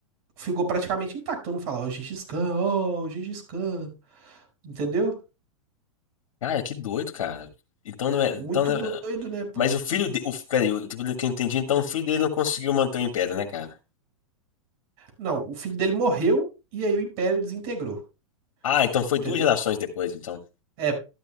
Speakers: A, on the right; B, on the left.
A: ficou praticamente intacto. Todo mundo fala, ó, oh, Gengis Khan, ó, oh, Gengis Khan. Entendeu?
B: Cara, que doido, cara. Então não é.
A: Muito
B: Então não
A: doido,
B: é-
A: né, pô?
B: Mas o filho dele. Peraí, o- pelo que eu entendi, então o filho dele não conseguiu manter o império, né, cara?
A: Não, o filho dele morreu e aí o império desintegrou.
B: Ah, então foi
A: Entendeu?
B: duas gerações depois, então.
A: É,